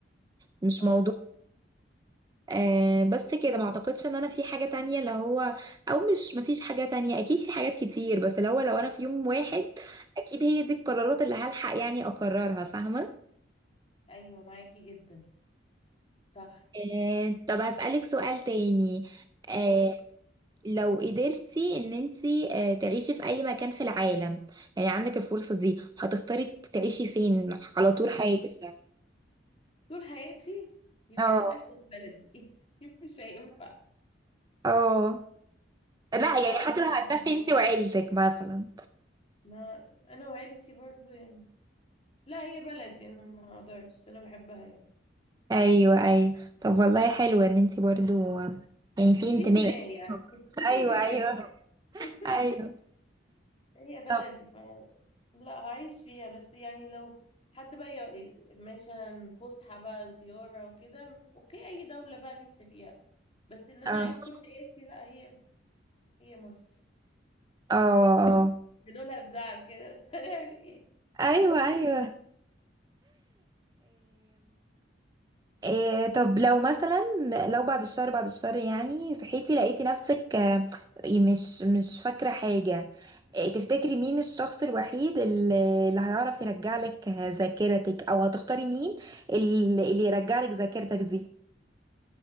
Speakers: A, on the right (about 20°); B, on the left (about 30°).
A: مش
B: اه
A: موضوع آه بس كده ما اعتقدش ان انا في حاجة تانية اللي هو او مش مفيش حاجة تانية اكيد في حاجات كتير بس اللي هو لو انا في يوم واحد اكيد هي دي القرارات اللي هلحق يعني اقررها فاهمة
B: ايوه معاكي جدا صح
A: آه طب هسألك سؤال تاني آه،
B: وطول
A: لو قدرتي ان انتي آه، تعيشي في اي مكان في العالم يعني عندك الفرصة دي هتختاري تعيشي فين على طول حياتك يعني
B: حياتي يبقى
A: اه
B: للأسف بلدي <laughs> مش هينفع
A: اه لا
B: مش
A: يعني
B: هعرف
A: حتى لو
B: أسيبها.
A: هتسافري انتي وعيلتك مثلا
B: ما انا وعيلتي برضو يعني لا هي بلدي انا ما اقدرش انا بحبها يعني
A: ايوه ايوه طب والله حلو ان انتي برضو يعني في انتماء
B: في انتماء يعني <laughs> في
A: ايوه
B: انتماء
A: ايوه
B: <laughs>
A: ايوه
B: هي بلدي
A: طب
B: ف لا هعيش فيها بس يعني لو حد بقى ي- مثلا فسحة بقى زيارة وكده اوكي اي دولة بقى نفسي فيها بس ان انا
A: اه
B: اعيش طول حياتي لا هي هي مصر
A: اه اه
B: بنقولها بزعل كده بس <laughs> هنعمل ايه مفيش
A: ايوه ايوه إيه طب لو مثلا لو بعد الشهر بعد الشهر يعني صحيتي لقيتي نفسك آه، مش مش فاكرة حاجة إيه تفتكري مين الشخص الوحيد اللي اللي هيعرف يرجع لك ذاكرتك او هتختاري مين اللي اللي يرجع لك ذاكرتك دي